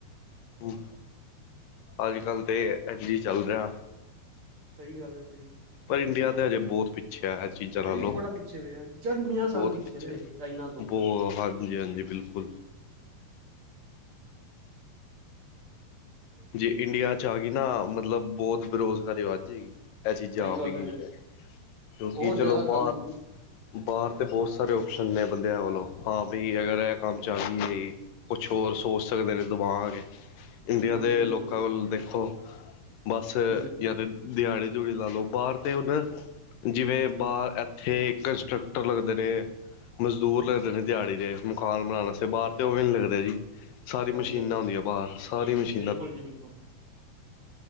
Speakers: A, on the left; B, on the right.
A: ਹਮ ਅੱਜ ਕੱਲ੍ਹ ਤਾਂ ਐਨ ਜੀ ਚੱਲ ਰਿਹਾ
B: ਸਹੀ ਗੱਲ ਹੈ ਬਈ
A: ਪਰ ਇੰਡੀਆ ਤਾਂ ਹਜੇ ਬਹੁਤ ਪਿੱਛਿਆ ਹੈ ਚੀਜ਼ਾਂ
B: ਹਜੇ
A: ਨਾਲ
B: ਵੀ
A: ਲਓ
B: ਬੜਾ ਪਿੱਛੇ ਵੇ ਚੰਦ ਪੰਜਾਹ
A: ਬਹੁਤ
B: ਸਾਲ ਪਿੱਛੇ
A: ਪਿੱਛ
B: ਨੇ
A: ਹੈ
B: ਚਾਈਨਾ ਤੋਂ
A: ਬਹੁ ਹਾਂਜੀ- ਹਾਂਜੀ ਬਿਲਕੁਲ ਜੇ ਇੰਡੀਆ ਚ ਆ ਗਈ ਨਾ, ਮਤਲਬ ਬਹੁਤ ਬੇਰੁਜ਼ਗਾਰੀ ਵੱਧ ਜਾਏਗੀ ਇਹ ਚੀਜ਼
B: ਸਹੀ
A: ਆਪ
B: ਗੱਲ
A: ਵੀ ਗੀਤ ਹੈ ਕਿਉਂਕਿ
B: ਬਹੁਤ
A: ਚਲੋ
B: ਜ਼ਿਆਦਾ
A: ਬਾਹਰ
B: ਕੰਮ
A: ਬਾਹਰ ਤੇ ਬਹੁਤ ਸਾਰੇ ਓਪਸ਼ਨ ਨੇ ਬੰਦਿਆਂ ਵੱਲੋਂ ਹਾਂ ਬਈ ਅਗਰ ਇਹ ਕੰਮ ਚੱਲਹੀ ਹੈ ਜ ਕੁਛ ਹੋਰ ਸੋਚ ਸਕਦੇ ਨੇ ਦਿਮਾਗ
B: ਬਿਲਕੁਲ
A: ਇੰਡੀਆ ਦੇ
B: ਜੀ ਬਿਲਕੁਲ
A: ਲੋਕਾਂ ਕੋਲ ਦੇਖੋ ਬੱਸ
B: ਹਾਂਜੀ
A: ਜਾਂ ਤਾਂ ਦਿਹਾੜੀ ਦਿਉੜੀ ਲਾ ਲਓ ਬਾਹਰ ਤੇ ਹੁਣ ਜਿਵੇਂ ਬਾਹਰ ਇੱਥੇ ਕੰਸਟਰਕਟਰ ਲੱਗਦੇ ਨੇ ਮਜ਼ਦੂਰ ਲੱਗਦੇ ਨੇ ਦਿਹਾੜੀ ਦੇ ਮਕਾਨ ਬਣਾ ਵਾਸਤੇ ਬਾਹਰ ਤੇ, ਉਹ ਵੀ ਨੀ ਲੱਗਦੇ ਜੀ ਸਾਰੀਆਂ
B: ਹਾਂਜੀ
A: ਮਸ਼ੀਨਾਂ
B: ਹਾਂਜੀ
A: ਹੁੰਦੀਆਂ ਬਾਹਰ, ਸਾਰੀ ਮਸ਼ੀਨ
B: ਬਿਲਕੁਲ ਜੀ ਬਿਲਕੁਲ